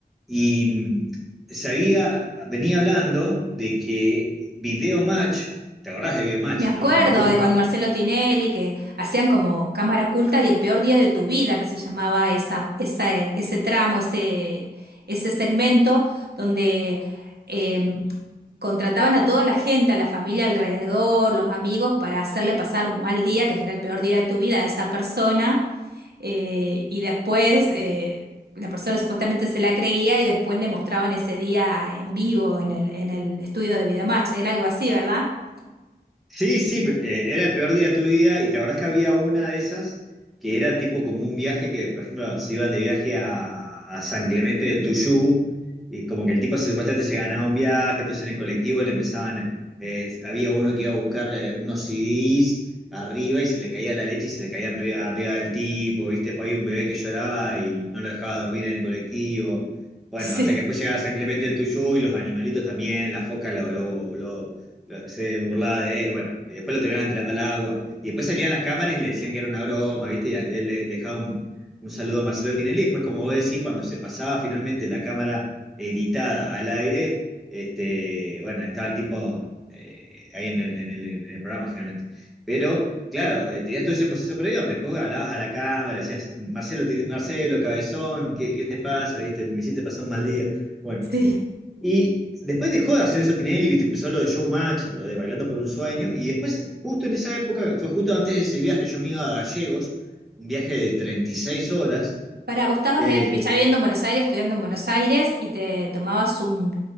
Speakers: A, in the centre; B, on the right.
A: y mm, sabía, venía hablando de que Video Match, ¿te acordás de Video Match,
B: Me acuerdo
A: no? Me imagino.
B: de con Marcelo Tinelli que hacían como cámara oculta y el peor día de tu vida, que se llamaba esa, esa, ese tramo, ese, ese segmento donde em, contrataban a toda la gente, a la familia alrededor, los amigos, para hacerle pasar un mal día, que será el peor día de tu vida, a esa persona, eh, y después eh, la persona supuestamente se la creía y después le mostraban ese día ah, en vivo en el, en el estudio de Videomatch. Era algo así, ¿verdad? <laughs>
A: Sí, sí, eh, era el peor día de tu vida y te acordás que había una de esas que era tipo como un viaje que, por ejemplo, se iban de viaje a, a San Clemente del Tuyú y como que el tipo se- supuestamente se ganaba un viaje, entonces en el colectivo le empezaban, eh, había uno que iba a buscar eh, unos CDs arriba y se le caía la leche y se le caían arriba, arriba del tipo, ¿viste? Después había un bebé que lloraba y no lo dejaba dormir en el colectivo. Bueno,
B: Sí,
A: hasta que después llegaba San Clemente del Tuyú y los animalitos también, la foca lo, lo, lo- lo- se burlaba de él, bueno, y después lo terminaban tirando al agua. Y después salían las cámaras y le decían que era una broma, ¿viste? Y a- él le, le dejaba un, un saludo a Marcelo Tinelli. Y después, como vos decís, cuando se pasaba finalmente la cámara editada al aire, este, bueno, estaba el tipo eh, ahí en el, en el- en el programa generalmente. Pero. Claro, eh, tenías todo ese proceso previo donde después hablabas a la cámara, decías, Marcelo, Tin- Marcelo, cabezón, ¿qué, qué te pasa? ¿Viste? Me hiciste pasar un mal día. Bueno,
B: sí.
A: y después dejó de hacer eso Tinelli, ¿viste? Empezó lo de Showmatch, lo de Bailando por un Sueño. Y después, justo en esa época, fue justo antes de ese viaje, yo me iba a Gallegos, un viaje de 36 horas.
B: Para vos estabas
A: eh,
B: en- ya viviendo en Buenos Aires, estudiando en Buenos Aires y te tomabas un...